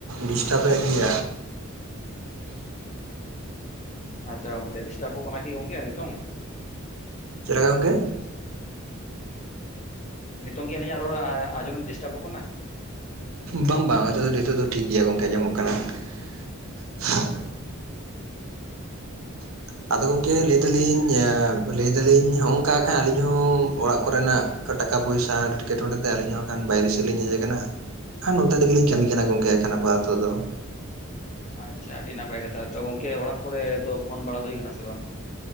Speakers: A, on the right; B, on the left.
A: ᱰᱤᱥᱴᱟᱵ ᱮᱫ ᱜᱮᱭᱟ, ᱾
B: <inaudible> ᱟᱪᱪᱷᱟ ᱜᱚᱝᱠᱮ ᱰᱤᱥᱴᱟᱵ ᱚᱜ ᱠᱟᱱᱟ ᱠᱤ ᱜᱚᱝᱠᱮ ᱱᱤᱛᱚᱝ?
A: ᱪᱮᱫ ᱞᱮᱠᱟ ᱜᱚᱝᱠᱮ?
B: ᱱᱤᱛᱚᱝ ᱠᱤ ᱟᱹᱞᱤᱧᱟᱜ ᱨᱚᱲ ᱟᱸᱡᱚᱢ ᱛᱮ ᱰᱤᱥᱴᱟᱵ ᱚᱜ ᱠᱟᱱᱟ?
A: ᱵᱟᱝ ᱵᱟᱝ ᱱᱤᱛᱚᱜ ᱫᱚ ᱱᱤᱛᱚᱜ ᱫᱚ ᱴᱷᱤᱠ ᱜᱮᱭᱟ ᱜᱚᱝᱠᱮ ᱟᱸᱡᱚᱢᱚᱜ ᱠᱟᱱᱟ, ᱾ <unintelligible> ᱟᱫᱚ ᱜᱚᱝᱠᱮ ᱞᱟᱹᱭ ᱫᱟᱞᱤᱧ ᱞᱟᱹᱭ ᱫᱟᱞᱤᱧ ᱦᱚᱸᱜ ᱚᱝᱠᱟ ᱠᱷᱟᱱ ᱟᱹᱞᱤᱧ ᱦᱚᱸ ᱚᱲᱟᱜ ᱠᱚᱨᱮ ᱱᱟᱜ ᱴᱟᱠᱟ ᱯᱚᱭᱥᱟ ᱮᱴᱠᱮ ᱴᱚᱬᱮ ᱛᱮ, ᱟᱹᱞᱤᱧ ᱦᱚᱸ ᱠᱷᱟᱱ ᱵᱟᱭᱨᱮ ᱥᱮᱫ ᱞᱤᱧ ᱦᱮᱡ ᱟᱠᱟᱱᱟ ᱦᱮᱸ ᱱᱚᱛᱮ ᱨᱮᱜᱮ ᱞᱤᱧ ᱠᱟᱹᱢᱤ ᱠᱟᱱᱟ ᱜᱚᱝᱠᱮ ᱮᱠᱷᱮᱱ ᱟᱯᱟ ᱛᱚᱛᱚ ᱫᱚ, ᱾
B: ᱟᱪᱪᱷᱟ ᱟᱹᱰᱤ ᱱᱟᱯᱟᱭ ᱠᱟᱛᱷᱟ ᱛᱚ ᱜᱚᱝᱠᱮ ᱚᱲᱟᱜ ᱠᱚᱨᱮ ᱫᱚ ᱯᱷᱳᱱ ᱵᱟᱲᱟ ᱦᱩᱭ ᱠᱟᱱᱟ ᱥᱮ ᱵᱟᱝ?